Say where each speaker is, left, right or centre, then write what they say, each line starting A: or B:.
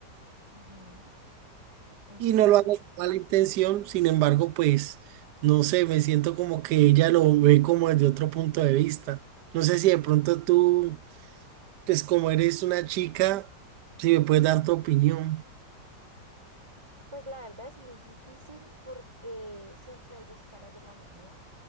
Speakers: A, on the right (about 15°); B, on the right (about 75°).
A: ajá, entiendo.
B: Y no lo hago con la intención, sin embargo, pues, no sé, me siento como que ella lo ve como desde otro punto de vista. No sé si de pronto tú, pues como eres una chica, si me puedes dar tu opinión.
A: Pues la verdad es muy difícil porque siempre hay dos caras de la moneda,